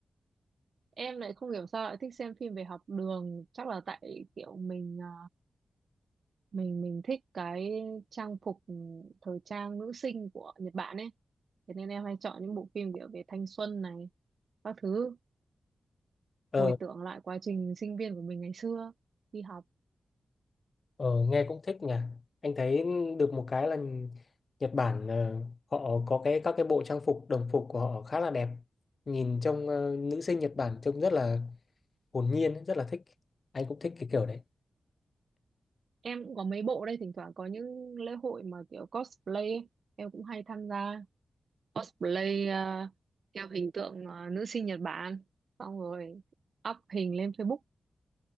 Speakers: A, on the right; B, on the left.
A: Em lại không hiểu sao lại thích xem phim về học đường. Chắc là tại kiểu mình ờ, mình mình thích cái trang phục ừ, thời trang nữ sinh của Nhật Bản ấy thế nên em hay chọn những bộ phim kiểu về thanh xuân này các thứ hồi
B: ờ
A: tưởng lại quá trình sinh viên của mình ngày xưa đi học
B: ờ nghe cũng thích nhỉ anh thấy được một cái là Nhật Bản ờ, họ có cái các cái bộ trang phục đồng phục của họ khá là đẹp nhìn trông ờ, nữ sinh Nhật Bản trông rất là hồn nhiên rất là thích anh cũng thích cái kiểu đấy
A: em cũng có mấy bộ đây thỉnh thoảng có những lễ hội mà kiểu cosplay ấy. em cũng hay tham gia cosplay ờ, theo hình tượng ờ, nữ sinh Nhật Bản xong rồi up hình lên Facebook